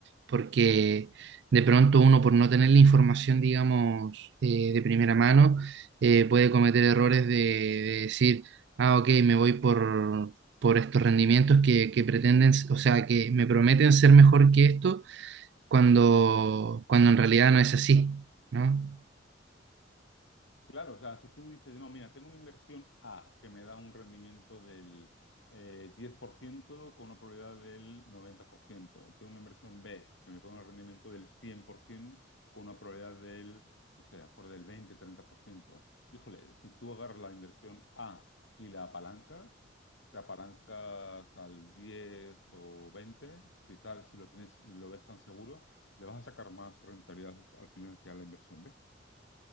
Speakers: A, on the right; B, on the left.
A: Porque de pronto uno por no tener la información, digamos, eh, de primera mano, eh, puede cometer errores de, de decir, ah, ok, me voy por, por estos rendimientos que, que pretenden, o sea, que me prometen ser mejor que esto, cuando, cuando en realidad no es así, ¿no?
B: Claro, o sea, si tú dices, no, mira, tengo una inversión A que me da un rendimiento del eh, 10% con una probabilidad del 90%, y tengo una inversión B que me puede dar un rendimiento del 100% con una probabilidad del, no sé, a lo mejor del 20-30%. Híjole, si tú agarras la inversión A y la apalancas, te apalancas al 10 o 20, si tal, si lo tienes, lo ves tan seguro, le vas a sacar más rentabilidad al al final que a la inversión B.